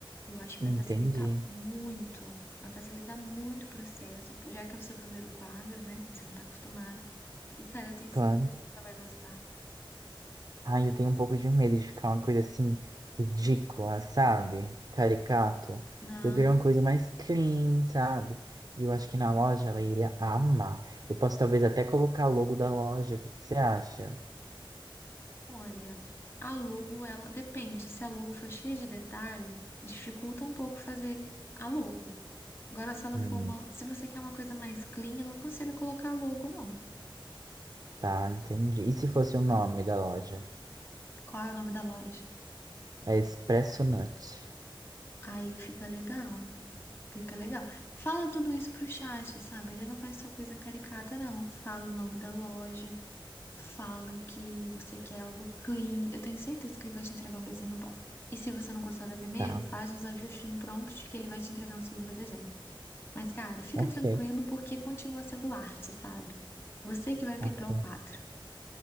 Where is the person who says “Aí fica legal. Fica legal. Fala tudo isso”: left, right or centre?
Left